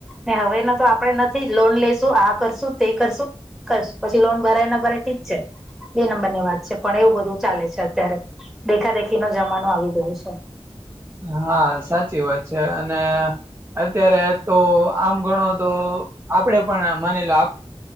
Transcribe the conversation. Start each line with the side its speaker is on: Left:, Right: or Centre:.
Centre: ને હવે તો આપડે નથી લોન લઈશું, આ કરશું, તે કરશું. કરશું, પછી લોન ભરાય ન ભરાય ઠીક છે. બે નંબર ની વાત છે, પણ એવું બધું ચાલે છે અત્યારે. દેખાદેખી નો જમાનો આવી ગયો છે.
Right: હા, સાચી વાત છે. અને અત્યારે તો આમ ઘણો, તો આપડે પણ માની લો.